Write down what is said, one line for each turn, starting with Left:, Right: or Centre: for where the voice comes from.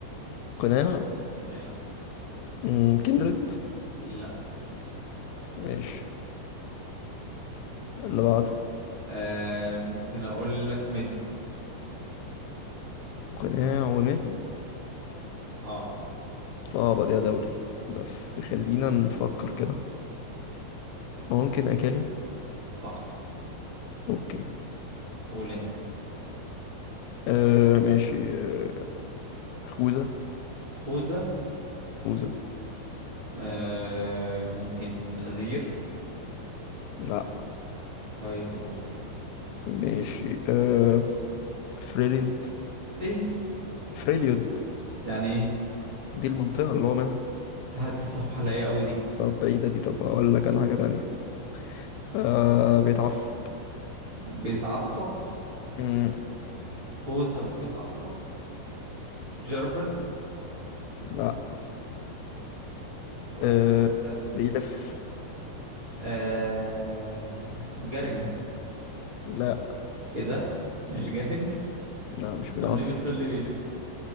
Left: قناع
Right: قناع
Left: مم، كندريد
Right: لا
Left: مش اللي بعده
Right: أه ممكن اقول لك مد
Left: قناع ومد
Right: اه
Left: صعبة دي يا دولي بس خلينا نفكر كده ممكن أكالي
Right: صح
Left: أوكي
Right: قول انت
Left: آه ماشي آه خوذة
Right: خوذة
Left: خوذة
Right: أه ممكن ازير
Left: لا
Right: طيب اقول
Left: ماشي آه فريليود
Right: ايه
Left: فريليود
Right: يعني ايه
Left: دي المنطقة اللي هو منها
Right: لا دي صعبة عليا قوي دي
Left: طب بعيدة دي طب أقول لك أنا حاجة تانية آه بيتعصب
Right: بيتعصب
Left: مم.
Right: خوذة وبيتعصب جيرفن
Left: لا
Right: وحاجة
Left: آه
Right: تانية
Left: بيلف
Right: آه... جارين
Left: لا
Right: ايه ده مش جارين
Left: لا مش بيتعصب
Right: طب ليه بتقول لي بيلف